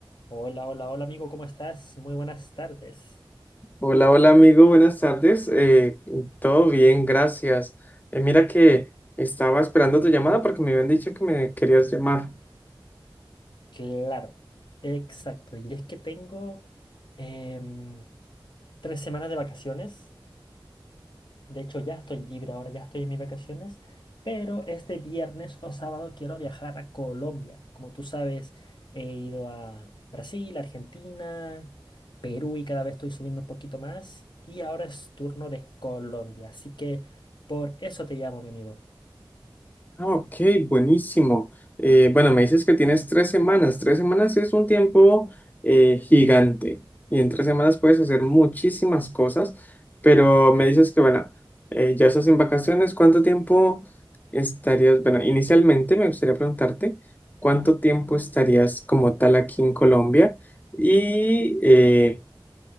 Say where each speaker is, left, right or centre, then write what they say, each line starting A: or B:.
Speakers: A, on the left (about 60°); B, on the left (about 20°).
A: Hola, hola, hola amigo, ¿cómo estás? Muy buenas tardes.
B: Hola, hola amigo, buenas tardes. Eh, todo bien, gracias. Eh, mira que estaba esperando tu llamada porque me habían dicho que me querías llamar.
A: Claro, exacto. Y es que tengo em, tres semanas de vacaciones. De hecho, ya estoy libre ahora, ya estoy en mis vacaciones. Pero este viernes o sábado quiero viajar a Colombia. Como tú sabes, he ido a Brasil, Argentina, Perú y cada vez estoy subiendo un poquito más. Y ahora es turno de Colombia. Así que por eso te llamo, mi amigo.
B: Ah, Ok, buenísimo. Eh, bueno, me dices que tienes tres semanas. Tres semanas es un tiempo eh, gigante y en tres semanas puedes hacer muchísimas cosas, pero me dices que, bueno, eh, ya estás en vacaciones. ¿Cuánto tiempo estarías? Bueno, inicialmente me gustaría preguntarte cuánto tiempo estarías como tal aquí en Colombia y, eh,